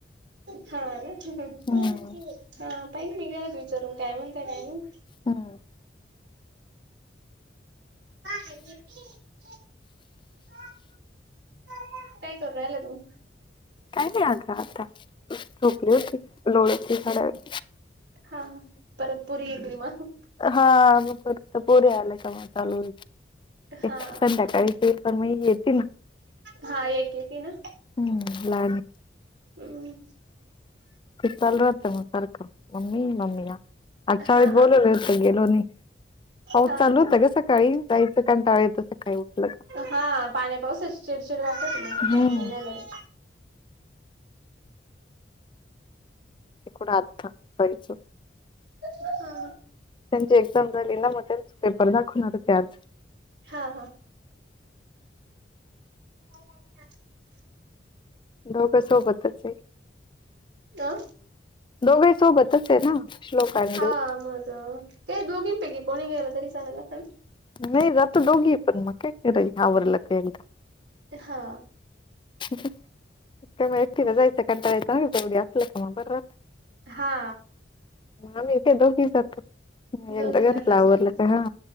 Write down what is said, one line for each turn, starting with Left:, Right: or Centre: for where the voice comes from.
Right: हा ना हा
Left: हम्म
Right: पहिन मी घरात काय म्हणताय काय नाही.
Left: हम्म
Right: पाणी पिते पा काय करू राहिल्या तुम्ही?
Left: काय नाही आता, आता. झोपली वो ती लोळली होती थोडा वेळ.
Right: हा परत पोरी येतील मग.
Left: हा मग परत त्या पोरी आल्या कि चालू होईल.
Right: हा
Left: संध्याकाळी तं येईल पण मग हे येेतीन
Right: हा एक येती ना
Left: हम्म लहान
Right: हम्म
Left: चालू राहतं मं सारखं मम्मी, मम्मी या आज शाळेत
Right: हा
Left: बोलवले होतं गेलो नाही. पाऊस
Right: हा
Left: चालू
Right: का
Left: होता गं सकाळी जायचा कंटाळा येतो सकाळी उठलं का.
Right: हा पाण्या पावसाची चिडचिड राहतेच ना
Left: हम्म
Right: बाहेर निघायला बी.
Left: कुढं आता जायचं.
Right: हा
Left: त्यांची एक्झाम झाली ना मग त्यांच पेपर दाखवणार होते आज.
Right: हा हा. <unintelligible>
Left: दोघं सोबतचये,
Right: अ
Left: दोघही सोबतचये ना. श्लोक आणि
Right: हा
Left: देऊ
Right: मग ते दोघींपैकी कोणी गेलं तरी चालत असल ना?
Left: नाही जातो दोघी पण मग काय करायच आवरलं का एकदा.
Right: हा.
Left: का मं एकटीला जायचा कंटाळा येतो काय उद्या. मं बरं राहतं,
Right: हा
Left: आम्ही इथे दोघी जातो. एकदा
Right: दोघी
Left: घरातलं
Right: जात असतील
Left: आवरलं का हा